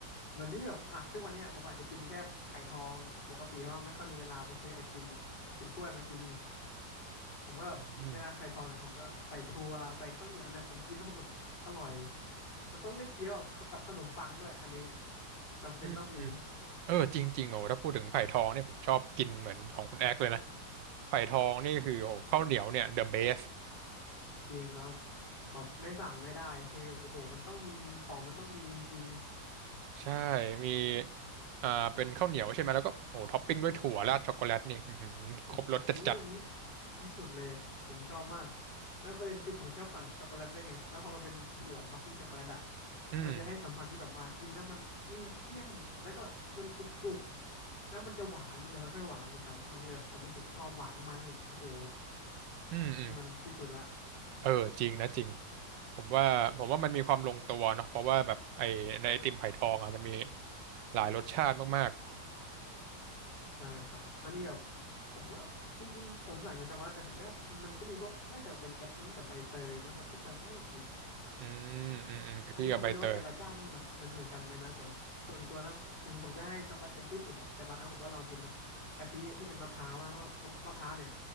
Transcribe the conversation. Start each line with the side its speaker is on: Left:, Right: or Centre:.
Left: เหมือนที่แบบอ่ะทุกวันเนี้ยผมอาจจะกินแค่ไผ่ทองปกติเพราะว่าไม่ค่อยมีเวลาไปซื้อไอติมแบบเป็นถ้วยมากินผมก็แบบเวลาไผ่ทองเนี่ยผมก็ใส่ถั่วใส่ข้าวเหนียวเนี่ยผมกินแล้วผมแบบอร่อย
Right: อืม
Left: มันต้องได้เคี้ยวกับกับขนมปังด้วยอันนี้จำเป็นต้องมี
Right: อืมอืมเออจริงๆโอ้ถ้าพูดถึงไผ่ทองเนี่ยผมชอบกินเหมือนของคุณแอ๊กเลยนะไผ่ทองนี่คือโอ้ข้าวเหนียวเนี่ย the best
Left: จริงครับแบบไม่สั่งไม่ได้คือโอ้โหมันต้องมีของมันต้องมีจริง
Right: ใช่มีอ่าเป็นข้าวเหนียวใช่ไหมแล้วก็โหท็อปปิ้งด้วยถั่วราดช็อกโกแลตนี่อื้อหือครบรสจัด
Left: ใช่อู้อันนี้ที่สุดเลยผมชอบมากแล้วประเด็นคือผมชอบสั่งช็อกโกแลตได้วยไงแล้วพอมันเป็นถั่วท็อปปิ้งช็อกโกแลตอะ
Right: ๆอืม
Left: มันจะให้สัมผัสที่แบบว่ากินแล้วมันอืมเข้มแล้วก็แบบมันกรุบกรุบแล้วมันจะหวานมันจะค่อยๆหวานนี่ครับมันเลยแบบผมรู้สึกชอบหวานมันอีกโอ้โห
Right: อืมอืม
Left: นี่มันที่สุดละ
Right: เออจริงนะจริง ผมว่าผมว่ามันมีความลงตัวเนาะเพราะว่าแบบไอในไอติมไผ่ทองอ่ะมันมีหลายรสชาติมาก
Left: ใช่ครับมันมีแบบผมก็จริงๆผมสั่งแต่ช็อกโกแลตแต่ผมก็มันก็มีพวกน่าจะเป็นกะทิกับใบเตยมั้งครับถ้าจำไม่ผิด
Right: ๆอืมอืมอืมกะทิกับใบเตย
Left: อันนี้ผมไม่รู้ว่าแต่ละเจ้ามันเหมือนเหมือนเหมือนกันไหมนะแต่แบบส่วนตัวนะถึงผมจะให้ช็อกโกแลตเป็นที่สุดอะแต่บางครั้งผมก็ลองกินแบบกะทิที่เป็นมะพร้าวบ้างว่ามะมะพร้าวเนี่ย